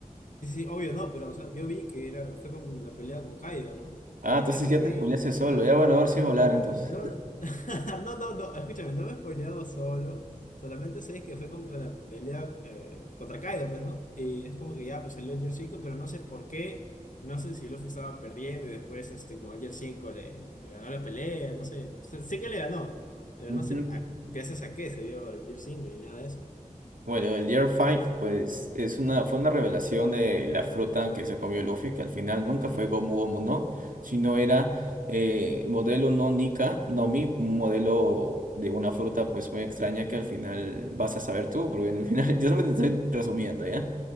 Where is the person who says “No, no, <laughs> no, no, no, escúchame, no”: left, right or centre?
Left